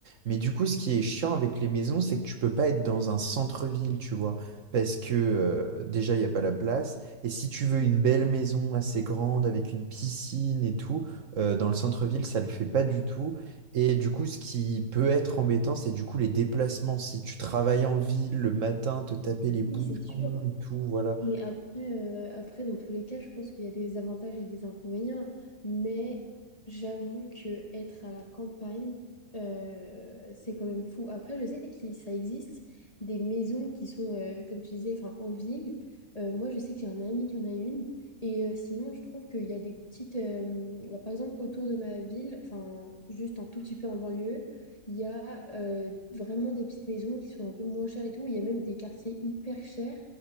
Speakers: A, on the right; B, on the left.
A: Mais du coup, ce qui est chiant avec les maisons, c'est que tu peux pas être dans un centre-ville, tu vois. Parce que euh, déjà, il n'y a pas la place. Et si tu veux une belle maison assez grande, avec une piscine et tout, euh, dans le centre-ville, ça le fait pas du tout. Et du coup, ce qui peut être embêtant, c'est du coup les déplacements. Si tu travailles en ville le matin, te taper les bouchons
B: Oui, c'est sûr.
A: et tout, voilà.
B: Mais après, euh, après, dans tous les cas, je pense qu'il y a des avantages et des inconvénients. Mais j'avoue que être à la campagne, euh, c'est quand même fou. Après, je sais que ça existe des maisons qui sont, euh, comme tu disais, enfin, en ville. Euh, moi, je sais que j'ai un ami qui en a une. Et euh, sinon, je trouve qu'il y a des petites... euh, bah, par exemple, autour de ma ville, enfin, juste un tout petit peu en banlieue, il y a euh, vraiment des petites maisons qui sont un peu moins chères et tout. Il y a même des quartiers hyper chers